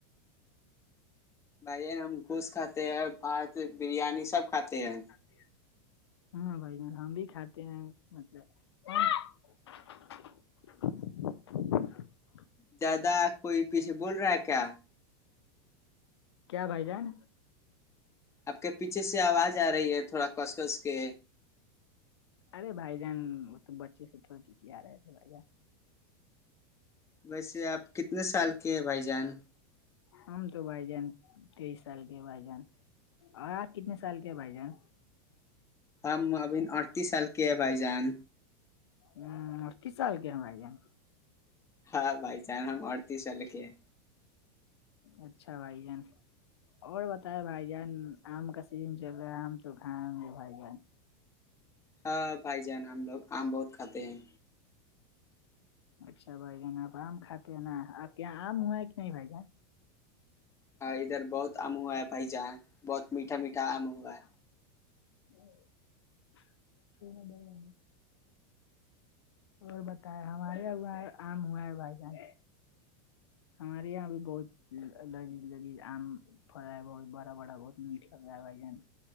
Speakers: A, on the left (about 20°); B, on the left (about 80°).
A: بھائی ہم گھوس کھاتے ہیں بھات بریانی سب کھاتے ہیں
B: <unintelligible> ہاں بھائی جان ہم بھی کھاتے ہیں مطلب <unintelligible>
A: زیادہ کوئی پیچھے بول رہا ہے کیا
B: کیا بھائی جان
A: آپ کے پیچھے سے آواز آ رہی ہے تھوڑا کس کس کے
B: ارے بھائی جان مطلب بچے سے تھوڑا چیچ آ رہے تھے بھائی جان
A: ویسے آپ کتنے سال کے ہیں بھائی جان
B: ہمم تو بھائی جان تیئیس سال کے بائی جان اور آپ کتنے سال کے بھائی جان
A: ہم ابھی اڑتیس سال کے ہے بھائی جان
B: ہ کس چال کے بھائی جان
A: ہاں بھائی چان ہم اڑتیس والالے کے ہیں
B: اچھا بھائی جان اور بتائے بھائی جان آم کا سیزن چل رہا ہے آم تو کھائے ہوں گے بھائی جان
A: ہ بھائی جان ہم لوگ آم بہت کھاتے ہیں
B: اچھا بھائی جانا آپ آم کھاتے ہیں نا آپ کے یہاں آم ہوا ہے کہ نہیں بھائی جان
A: ہاں ادھر بہت آم ہوا ہے بھائی جہاں بہت میٹھا میٹا آم ہوا ہے
B: <unintelligible> اور بتائے ہمارے آم ہوا ہے بھائی جان ہمارے یہاں بھی بہت لگی لگی عم پڑا ہے بہت بڑا بڑا بہت میٹ ل رہا ہےھائی جان